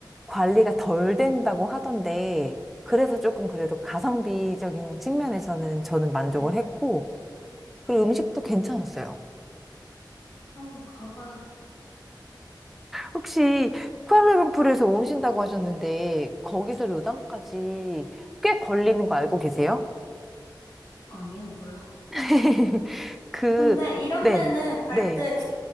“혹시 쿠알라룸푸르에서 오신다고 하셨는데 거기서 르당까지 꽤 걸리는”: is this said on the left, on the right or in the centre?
Centre